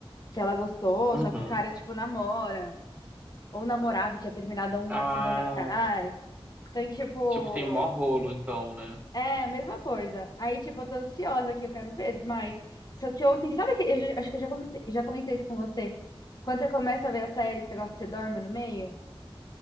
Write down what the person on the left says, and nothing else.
que ela gostou,
só que o cara, tipo, namora. ou namorava e tinha terminado há uma
semana atrás. Então, tipo,
é a mesma coisa. Aí, tipo, eu tô ansiosa que eu quero ver mais. Só que ontem, sabe que eu já- acho que eu já comentei, já comentei isso com você. Quando você começa a ver a série que você gosta, você dorme no meio?